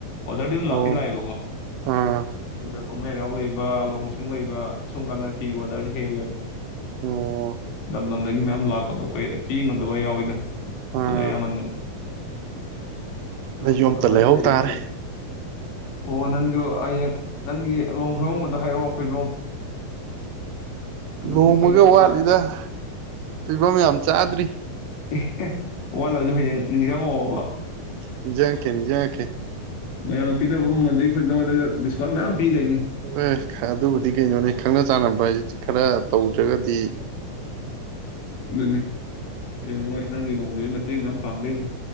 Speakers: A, on the left; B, on the right.
A: ꯑꯣꯗꯔꯗꯤ ꯑꯗꯨꯝ
B: ꯑꯣ
A: ꯂꯥꯛꯇꯤ ꯂꯥꯛꯑꯦꯕꯀꯣ
B: ꯑꯥ
A: ꯑꯗꯨꯒ ꯀꯨꯝꯍꯩ ꯍꯔꯥꯎ ꯂꯩꯕ <inaudible> ꯂꯩꯕ ꯁꯨꯝ ꯀꯥꯟꯗ ꯐꯤꯒꯤ ꯑꯣꯗꯔꯖꯦ ꯍꯦꯜꯂꯦꯕ
B: ꯑꯣ
A: ꯂꯝꯗꯝꯗꯒꯤ ꯃꯌꯥꯝ ꯂꯥꯛꯄꯗꯣ ꯑꯩꯈꯣꯏ ꯄꯤ ꯉꯝꯗꯕ ꯌꯥꯎꯋꯤꯗ
B: ꯑꯥ
A: ꯃꯗ ꯌꯥꯝꯃꯟꯗꯅ <inaudible> ꯗꯣ
B: ꯑꯩꯁꯨ
A: ꯑꯃ
B: ꯑꯝꯇ
A: ꯑꯃꯥꯏꯅ
B: ꯂꯩꯍꯧ
A: ꯂꯩꯌꯦ
B: ꯇꯥꯔꯦ
A: ꯐꯤ ꯑꯣ ꯅꯪꯖꯨ ꯍꯌꯦꯡ ꯅꯪꯒꯤ ꯂꯨꯍꯣꯡ ꯈꯣꯏꯍꯣꯡꯕꯗ ꯍꯥꯏꯔꯛꯑꯣ ꯐꯩꯖꯣꯝ ꯑꯗꯨꯝ
B: ꯂꯨꯑꯣꯡꯕꯒ
A: ꯑꯩꯈꯣꯏꯗꯩ ꯂꯧ
B: ꯋꯥꯠꯂꯤꯗ
A: ꯌꯥꯅꯤ
B: ꯐꯤꯕꯝ ꯌꯥꯝ ꯆꯥꯗ꯭ꯔꯤ
A: <unintelligible> ꯋꯥꯠꯂꯖꯨ ꯍꯌꯦꯡ ꯅꯤꯡꯖꯪꯉꯑꯣꯕ
B: ꯅꯤꯡꯖꯪꯉꯛꯀꯦ ꯅꯤꯡꯖꯪꯉꯛꯀꯦ
A: ꯃꯌꯥꯝꯅ ꯄꯤꯅꯕ ꯃꯃꯟꯗꯩꯩ ꯑꯩꯈꯣꯏ ꯅꯉꯣꯟꯗ ꯗꯤꯁꯀꯥꯎꯟ ꯃꯌꯥꯝ ꯄꯤꯗꯣꯏꯅꯤ
B: ꯑꯦ ꯑꯗꯨꯕꯨꯗꯤ ꯀꯩꯅꯣꯅꯤ ꯈꯪꯅ ꯆꯥꯟꯅꯕ ꯍꯥꯏꯁꯤꯗꯤ ꯈꯔꯥ ꯇꯧꯗ꯭ꯔꯒꯗꯤ
A: ꯑꯗꯨꯅꯤ ꯌꯦꯝꯎꯍꯣꯏ ꯅꯪꯒꯤ ꯂꯨꯍꯣꯡꯕꯗꯨꯗꯤ ꯃꯇꯦꯡ ꯃꯌꯥꯝ ꯄꯥꯡꯗꯣꯏꯅꯦ